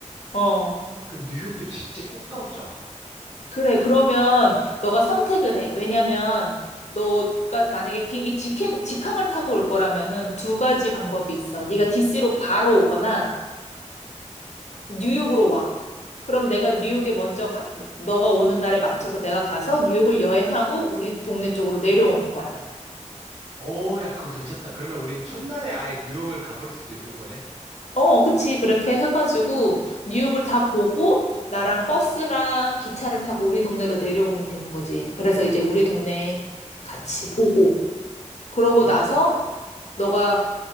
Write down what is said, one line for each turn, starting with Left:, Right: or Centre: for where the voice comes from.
Left: 어.
Right: 그럼 뉴욕도 진짜 꼭 가보자.
Left: 그래, 그러면 너가 선택을 해. 왜냐면 너가 만약에 비행기 직행, 직항을 타고 올 거라면은 두 가지 방법이 있어. 네가 DC로 바로 오거나 뉴욕으로 와. 그럼 내가 뉴욕에 먼저 가, 너- 너가 오는 날에 맞춰서 내가 가서 뉴욕을 여행하고 우리 동네 쪽으로 내려오는 거야.
Right: 어, 야, 그거 괜찮다. 그러면 우리는 첫날에 아예 뉴욕을 가버릴 수도 있는 거네?
Left: 어, 그치. 그렇게 해가지고 뉴욕을 다 보고 나랑 버스나 기차를 타고 우리 동네로 내려오면 되는 거지. 그래서 이제 우리 동네 같이 보고 그러고
Right: 음.
Left: 나서 너가